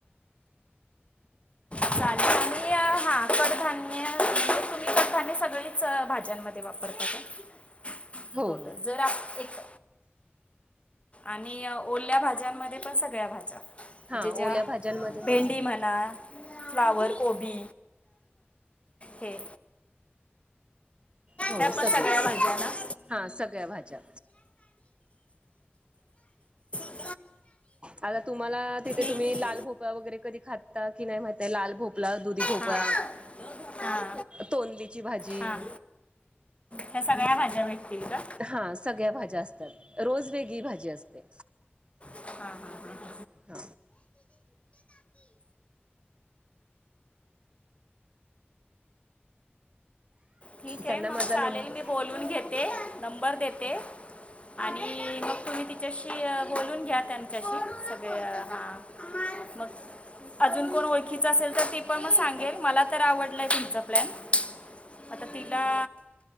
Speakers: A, on the left (about 30°); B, on the right (about 25°).
A: चालेल मी अ हा कडधान्य तुम्ही कडधान्य सगळीच भाज्यांमध्ये ते वापरता का
B: हो
A: तोट
B: हो
A: जर आप एक आणि अ ओरल्या भाज्यांमध्ये पण सगळ्या भाज्या.
B: हा
A: जे
B: ओल्या
A: ज्या
B: भाज्यांमध्ये
A: भेंडी
B: पण सगळं
A: म्हणा फ्लावर कोबी हे.
B: हो
A: हे
B: सगळे
A: पण सगळ्या म्हणत ना
B: हा सगळ्या भाज्या
A: <unintelligible> <unintelligible>
B: आता तुम्हाला तिथे
A: ठीक
B: तुम्ही लाल भोपळा वगैरे कधी खात ता नाही माहित लाल भोपला दुधी भोपळा
A: हां हां
B: तोंली ची भाजी
A: हां ह्या सगळ्या भाज्या भेटतील का?
B: हा सगळ्या भाज्या असतात रोज वेगळी भाजी असते.
A: हां हां हां
B: हा
A: ठीक आहे
B: त्यांना
A: मग
B: माझा
A: चालेल
B: नंबर
A: मी बोलून घेते नंबर देते आणि मग तुम्ही तिच्याशी बोलून घ्या त्यांच्याशी सगळे हा मग. अजून कोण ओळखीच असेल तर ती पण मग सांगेल मला तर आवडलंय तुमचा प्लॅन आता तिला